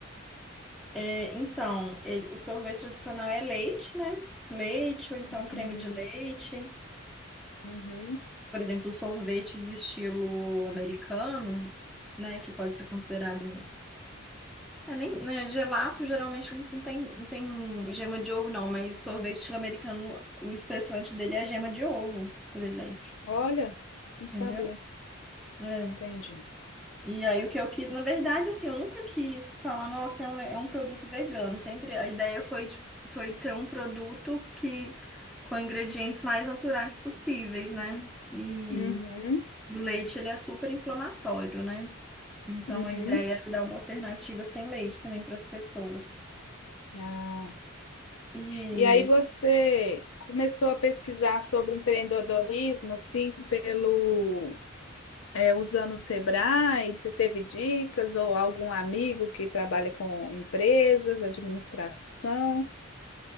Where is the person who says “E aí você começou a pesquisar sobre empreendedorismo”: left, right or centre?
Left